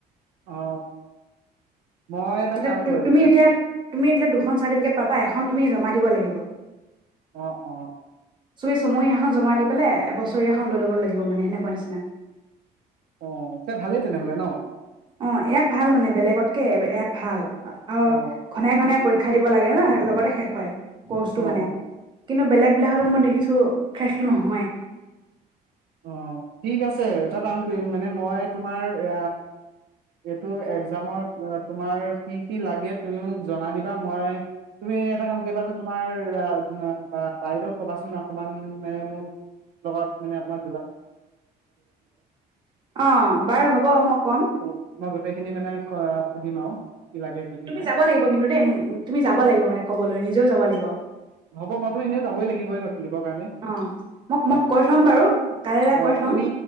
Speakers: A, on the right; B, on the right.
A: অ মই এটা
B: তাতে
A: কাম কৰিম
B: তুমি
A: এ
B: এতিয়া তুমি তেতিয়া দুখন চাৰ্টিফিকেট পাবা এখন তুমি জমা দিব লাগিব।
A: অহ, অহ।
B: তুমি চমহীয়াখন জমাই দি পেলে এবছৰীয়াখন লৈ ল'ব লাগিব মানে সেনেকুৱা নিচিনা।
A: অহ, তো ভালেই তেনেহলে ন।
B: অহ ইয়াত ভাল মানে বেলেগতকে ইয়াত ভাল আৰু
A: অ
B: ঘনাই, ঘনাই পৰীক্ষা দিব লাগে ন লগতে শেষ হয় কৰ্চটো
A: অ
B: মানে।
A: অ
B: কিন্তু বেলেগ বিলাকতত মই দেখিছোঁ শেষে নহয়।
A: অ', ঠিক আছে এটা কাম কৰিম মানে মই তোমাৰ এ এইটো এক্সাম তোমাৰ কি, কি লাগে তুমি মোক জনাই দিবা মই তুমি এটা কাম কৰিবাচোন তোমাৰ বা বাইদেউ ক'বাচোন অকমান মানে মোৰ লগত মানে অকমান
B: অ বাৰু হ'ব মই ক'ম
A: <unintelligible> মই গোটেই খিনি মানে সুধিম আৰু। কি লাগে কি কি
B: তুমি
A: নাই
B: যাব লাগিব কিন্তু দেই তুমি যাব লাগিব মানে কবলৈ নিজেও যাব লাগিব।
A: হ'ব মইাতো এনেও যাবই লাগিবই, <unintelligible> কাৰণে
B: অ মোক মোক
A: অ'।
B: কৈ থ'ম বাৰু কাইলৈ
A: অ',
B: কৈ থ'ম
A: তুমি